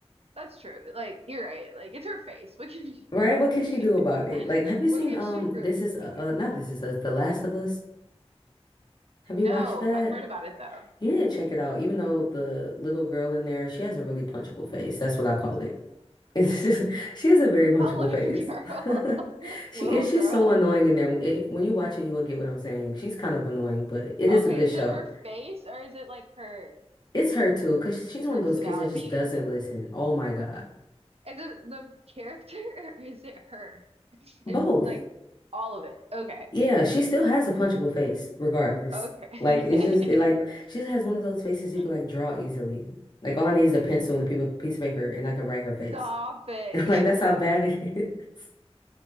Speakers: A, on the right; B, on the left.
A: That's true. Like you're right. Like it's her face. What can she,
B: Right?
A: <laughs>
B: What
A: what
B: can
A: can
B: she
A: she
B: do
A: do?
B: about it?
A: <laughs>
B: Like, have you seen
A: What can
B: um
A: she realistically
B: This Is uh,
A: do?
B: uh not This Is Us, The Last of Us? Have you
A: No,
B: watched that?
A: I've heard about it though.
B: You need to check it out. Even though the little girl in there, she has a really punchable face. That's what I call it. It's just, <laughs> she has a very
A: <laughs>
B: punchable
A: A little
B: face.
A: girl.
B: <laughs>
A: <laughs>
B: She
A: Little
B: is.
A: girl.
B: She's so annoying in there. If, when you watch it, you will get what I'm saying. She's kind of annoying, but it
A: Okay,
B: is a good
A: is
B: show.
A: it her face or is it like her
B: It's her too, because she's one
A: personality?
B: of those kids that just doesn't
A: <laughs>
B: listen. Oh my God.
A: Is it the character <laughs> or is it her? It,
B: Both.
A: like all of it. Okay.
B: Yeah, she still has a punchable face, regardless.
A: Okay.
B: Like it's just it like she just has one of those faces you
A: <laughs>
B: can like draw easily. Like all I need is a pencil and a pe- piece of paper, and I can write her face.
A: Stop it.
B: <laughs> Like that's how bad it is. <laughs>